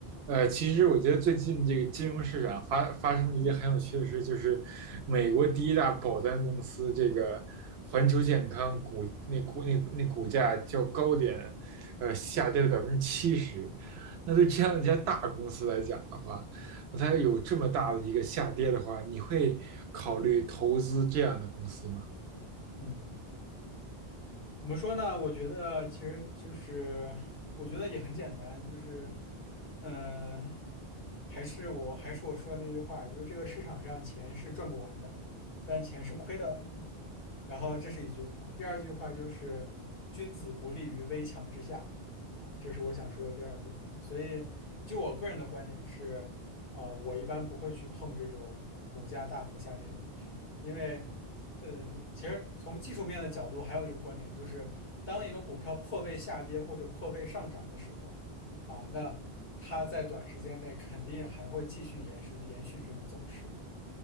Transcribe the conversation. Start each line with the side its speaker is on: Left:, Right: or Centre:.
Right: 呃，其实我觉得最近这个金融市场发发生了一件很有趣的事，就是美国第一大保单公司这个环球健康股那股那那股价较高点，呃，下跌了百分之七十。那对这样一家大公司来讲的话，那它有这么大的一个下跌的话，你会考虑投资这样的公司吗？
Left: 嗯，怎么说呢？我觉得其实就是，我觉得也很简单，就是，嗯、还是我还是我说的那句话，就是这个市场上钱是赚不完的，但钱是亏得完的。然后这是一句话，第二句话就是“君子不立于危墙之下”，啊，这是我想说的第二句话。所以，就我个人的观点是，呃，我一般不会去碰这种股价大幅下跌的股票，因为，呃，其实从技术面的角度，还有一个观点就是，当一个股票破位下跌或者破位上涨的时候，啊，那它在短时间内肯定还会继续延续延续这种走势。